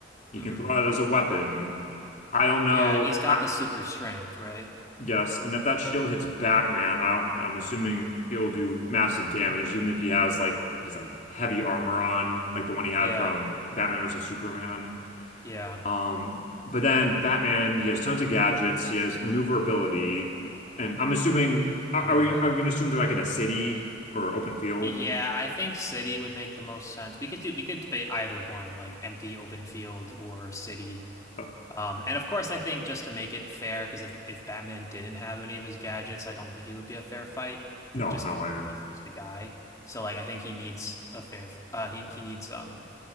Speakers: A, on the left; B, on the left.
A: He
B: hmm
A: can throw that as a weapon. I don't know.
B: Yeah, and he's got
A: I,
B: the super strength, right?
A: yes, and if that shield hits Batman, I don't, I'm assuming it'll do massive damage, even if he has like his like heavy armor on, like the one he had
B: Yeah,
A: from Batman versus Superman.
B: yeah.
A: Um, but then Batman, he has tons of gadgets. He has maneuverability, and I'm assuming are,
B: hmm
A: are we are we going to assume they're like in a city or open field?
B: Yeah, I think City would make the most sense. We could do we could debate either one, like empty open field or City
A: Uh,
B: Um, and of course, I think just to make it fair, because if, if Batman didn't have any of his gadgets, I don't think it would be a fair fight.
A: No,
B: Just
A: no
B: 'cause
A: way.
B: he's just a guy, so like I think he needs a fair. f- Uh, he he needs um